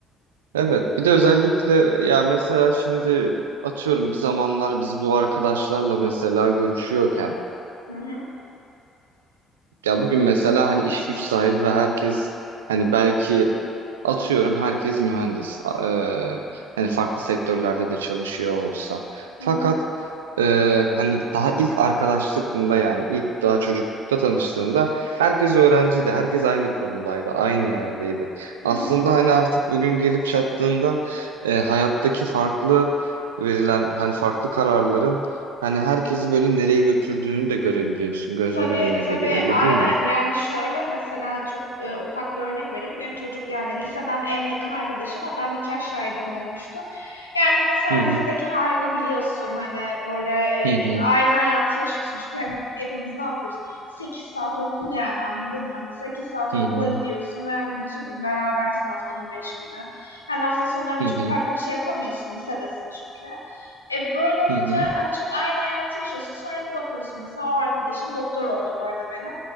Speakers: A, on the right (about 75°); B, on the left (about 80°).
A: Evet, bir de özellikle ya mesela şimdi atıyorum bir zamanlar biz bu arkadaşlarla mesela görüşüyorken
B: Hı hı.
A: ya bugün mesela hani iş güç sahibi ve herkes hani belki atıyorum herkes mühendis. A- eee, hani farklı sektörlerde de çalışıyor olsa.
B: Hı
A: Fakat
B: hı.
A: eee, hani daha ilk arkadaşlığında yani ilk daha çocuklukta tanıştığında herkes öğrenciydi. Herkes aynı konumdaydı, aynı yerdeydi.
B: Hı
A: Aslında
B: hı.
A: hani artık bugün gelip çattığında eee, hayattaki farklı verilen hani farklı kararların Hani herkesi böyle nereye götürdüğünü de görebiliyorsun. Gözler
B: Tabii
A: önüne
B: tabii
A: geliyor öyle
B: aynen
A: değil mi?
B: yani şöyle mesela çok e, ufak bir örnek vereyim. Benim çocuk yani liseden en yakın arkadaşım hatta nikah şahidim olmuştu. Yani mesela
A: Hı
B: lisedeki
A: hı
B: halini biliyorsun hani böyle e,
A: hı hı
B: aynı hayatı yaşıyorsun. Çünkü hani hepimiz ne yapıyoruz? sekiz saat okul yani anladın mı? Hani 8 saat okula
A: hı hı
B: gidiyorsun ve hani bütün gün berabersin haftanın 5 günü. Hani hafta sonları da
A: hı
B: çok
A: hı
B: farklı bir şey yapamıyorsun lisedesin çünkü. E böyle olunca
A: hı hı
B: hani çok aynı hayatı yaşıyorsun. Sonra bir bakıyorsun mesela o arkadaşım doktor oldu bu arada benim.